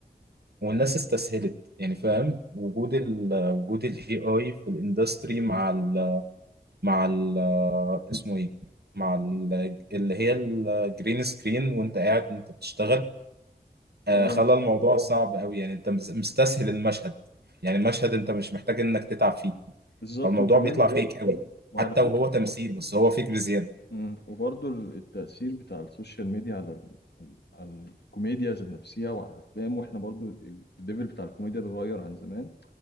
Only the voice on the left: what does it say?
آه
بالظبط
وكمان
وعلى
فكرة
مم. وبرضه ال- التأثير بتاع السوشيال ميديا على ال... على على الكوميديا ذات نفسها وعلى الأفلام وإحنا برضه ال- الليفل بتاع الكوميديا اتغير عن زمان